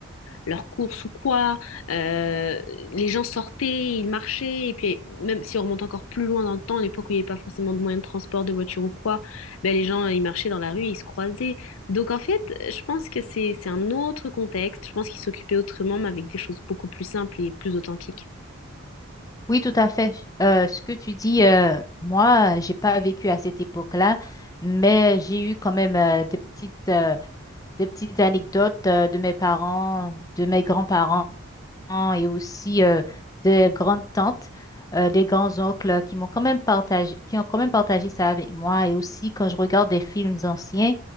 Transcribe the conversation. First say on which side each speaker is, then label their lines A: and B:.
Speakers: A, on the left; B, on the left.
A: leurs courses ou quoi. Euh, les gens sortaient, ils marchaient. Et puis, même si on remonte encore plus loin dans le temps, à l'époque où il n'y avait pas forcément de moyens de transport, de voiture ou quoi, ben, les gens, ils marchaient dans la rue, ils se croisaient. Donc, en fait, je pense que c'est, c'est un autre contexte. Je pense qu'ils s'occupaient autrement, mais avec des choses beaucoup plus simples et plus authentiques.
B: Oui, tout à fait. Euh, ce que tu dis, euh, moi, j'ai pas vécu à cette époque-là, mais j'ai eu quand même euh, des petites, euh, des petites anecdotes euh, de mes parents, de mes grands-parents. grands-parents et aussi euh, des grandes-tantes, euh, des grands-oncles qui m'ont quand même partagé, qui ont quand même partagé ça avec moi. Et aussi quand je regarde des films anciens